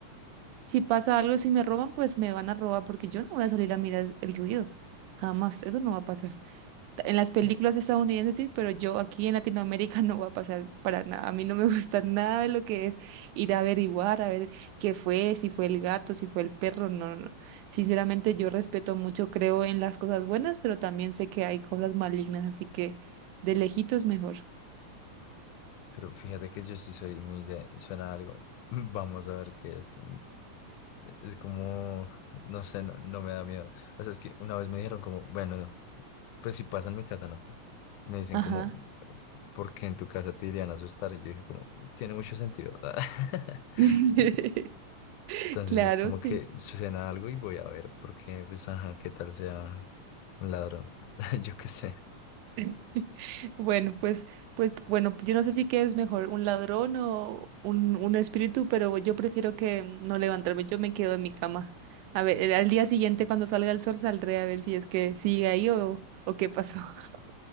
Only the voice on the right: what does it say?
si pasa algo, si me roban, pues me van a robar porque yo no voy a salir a mirar el ruido. Jamás, eso no va a pasar. En las películas
estadounidenses sí, pero yo aquí en Latinoamérica <laughs> no va a pasar para nada. A mí no me gusta <laughs> nada de lo que es ir a averiguar, a ver qué fue, si fue el gato, si fue el perro. No, no, no. Sinceramente yo respeto mucho, creo en las cosas buenas, pero también sé que hay cosas malignas, así que de lejitos mejor.
Ajá.
<laughs>
Claro,
sí.
<laughs> Bueno, pues, pues, bueno, yo no sé si qué es mejor, un ladrón o un, un espíritu, pero yo prefiero que no levantarme, yo me quedo en mi cama. A ver, eh, al día siguiente cuando salga el sol saldré a ver si es que sigue ahí o, o qué pasó. <laughs>